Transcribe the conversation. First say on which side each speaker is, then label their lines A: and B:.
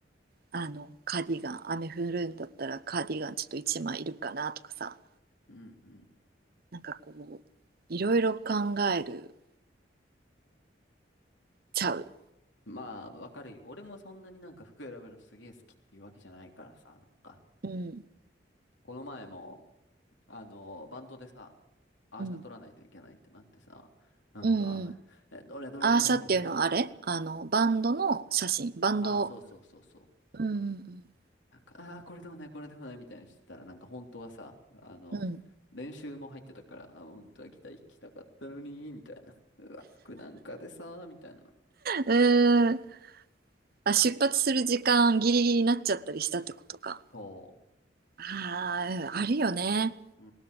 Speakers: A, on the right; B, on the left.
A: あの、カーディガン、雨降るんだったらカーディガンちょっと一枚いるかなとかさ、
B: うん、うん。
A: なんかこう、いろいろ考える、ちゃう。
B: まあ、わかるよ。俺もそんなになんか服選ぶのすげえ好きっていうわけじゃないからさ、なんか、
A: うん、
B: この前も、あの、バンドでさ、アーシャ取らないといけないってなってさ、
A: うん、
B: なんか、
A: うん、うん。
B: え、どれどれどれみたいな。
A: アーシャっていうのはあれあの、バンドの写真、バンド、
B: あ、そうそうそうそう。
A: うん、うん、
B: なんか、ああ、これでもない、これでもないみたいにしてたら、なんか本当はさ、あの、
A: うん。うん
B: 練習も入ってたから、あ、本当はギター弾きたかったのに、みたいな。うわ、服なんかでさ、みたいな。
A: うーん。あ、出発する時間ギリギリになっちゃったりしたってことか。
B: そ
A: ああ、うんあるよね。
B: う。う